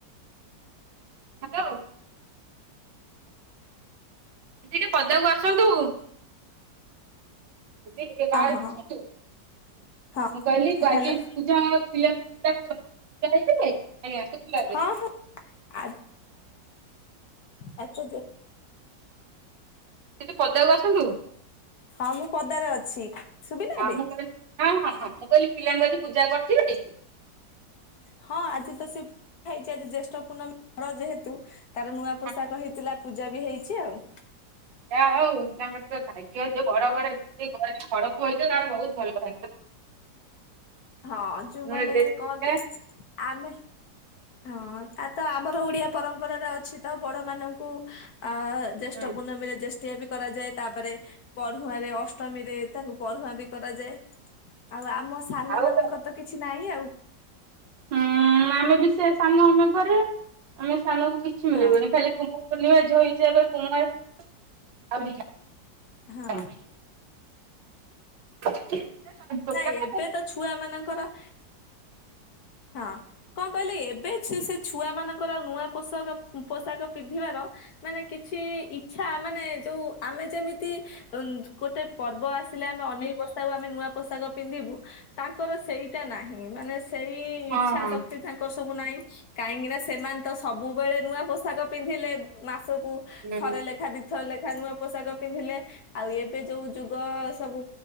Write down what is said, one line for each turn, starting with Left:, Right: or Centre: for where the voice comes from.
Right: ହା ଲୋ। ଦିଦି ଟିକେ ପଦାକୁ ଆସନ୍ତୁ। ଦି ଦି ଟିକେ ବାହାରକୁ
Left: ଅ ହଁ ହଁ
Right: ଯାଆନ୍ତୁ।
Left: ହଁ
Right: ମୁଁ କହିଲି
Left: ହ୍ୟାଲୋ
Right: ଆଜି ପୂଜା ପିଲାଙ୍କୁ ପୂଜା କରନ୍ତି ପୂଜା ହେଇଥିଲେ। ଆଜ୍ଞା ଶୁଭିଲା ଏବେ
Left: ହଁ ହଁ <inaudible>
Right: ଟିକେ ପଦାକୁ ଆସନ୍ତୁ।
Left: ହଁ ମୁଁ ପଦାରେ ଅଛି। ଶୁଭିଲା
Right: ହଁ
Left: ଏବେ?
Right: ମୁଁ କହିଲି ହଁ ହଁ ହଁ ମୁଁ କହିଲି ପିଲାଙ୍କୁ ଆଜି ପୂଜା କରିଥିବେ।
Left: ହଁ ଆଜି ତ ସେ ପୂଜା ହେଇଛି ଆଜି ଜ୍ୟେଷ୍ଠ ପୂର୍ଣ୍ଣମୀ ବଡ ଯେହେତୁ। ତାର ନୂଆ ପୋଷାକ
Right: ହଁ।
Left: ହେଇଥିଲା ପୂଜା ବି ହେଇଛି ଆଉ।
Right: ଯା ହଉ ତାଙ୍କର ତ ଭାଗ୍ୟ ଯୋଉ ବଡ ଘରେ ଯିଏ ଘରେ ବଡ ପୁଅ ହେଇଥିବ ତାର ବହୁତ ଭଲ ଭାଗ୍ୟ।
Left: ହଁ ଯୋଉମାନେ
Right: ନୂଆ ଡ୍ରେସ୍ ହେଇଥିଲା
Left: କହନ୍ତି ଆମେ। ହଁ ତା ତ ଆମର ଓଡିଆ ପରମ୍ପରାରେ ଅଛି ତ ବଡ ମାନଙ୍କୁ। ଆ ଯେଷ୍ଟ
Right: ହୁଁ
Left: ପୂର୍ଣ୍ଣମୀ ମିରେ ଜେଷ୍ ଷ୍ଟିଆ ବି କରାଯାଏ ତାପରେ ପଢୁଆଁ ରେ ଅଷ୍ଟମୀ ରେ ତାଙ୍କୁ ପଢୁଆଁ ବି କରାଯାଏ। ଆଉ ଆମ ସାନ
Right: ଆଉ
Left: ମାନଙ୍କ ତ କିଛି ନାହିଁ ଆଉ।
Right: ହୁଁ ଆମେ ବି ସେୟା ସାନ ଆମେ ଘରେ ଆମେ ସାନକୁ କିଛି
Left: ହଁ
Right: ମିଳିବନି ଖାଲି କୁମାର ପୂର୍ଣ୍ଣିମା ଝିଅ ହେଇଛେ ଯେତେବେଳେ କୁମାର
Left: ହଁ।
Right: ନାହିଁ। ଆଜ୍ଞା
Left: ନାଇଁ ଏବେ
Right: ହୁଁ
Left: ତ ଛୁଆମାନଙ୍କର ହଁ କଣ କହିଲେ ଏବେ ସେ ଛୁ ଛୁଆ ମାନଙ୍କର ଆଉ ନୂଆ ପୋଷାକ ପୋଷାକ ପିନ୍ଧିବାର ମାନେ କିଛି ଇଚ୍ଛା ମାନେ ଯୋଉ ଆମେ ଯେମିତି ଉଁ ଗୋଟେ ପର୍ବ ଆସିଲା। ଅନେକ ପୋଷାକ ଆମେ ନୂଆ ପୋଷାକ ପିନ୍ଧିବୁ ତାଙ୍କର ସେଇଟା ନାହିଁ ମାନେ ସେଇ। ଇଚ୍ଛା
Right: ହଁ ହଁ।
Left: ଶକ୍ତି ତାଙ୍କର ନାଇ କାହିଁକିନା ସେମାନେ ତ ସବୁବେଳେ ନୂଆ ପୋଷାକ ପିନ୍ଧିଲେ ମା ସବୁ
Right: ହୁଁ
Left: ଥରେ ଲେଖା ଦି ଥର ଲେ ନୂଆ ପୋଷାକ ପିନ୍ଧିଲେ ଆଉ ଏବେ ଯୋଉ ଯୁଗ ସବୁ